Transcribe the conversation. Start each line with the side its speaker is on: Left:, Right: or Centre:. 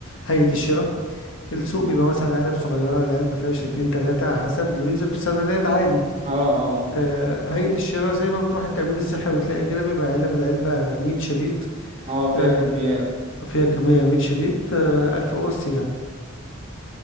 Left: هيئة الشراء السوق بيبقى مثلا علب صغيرة العلبة فيها شريطين تلاتة على حسب اللي بينزل في الصيدليات عادي
Right: اه اه
Left: آه، هيئة الشراء زي ما بتروح التأمين الصحي وتلاقي كده بيبقى علب العلبة مية شريط
Right: اه فيها
Left: آه،
Right: كميات
Left: فيها كمية مية شريط آه، ألف قرص يعني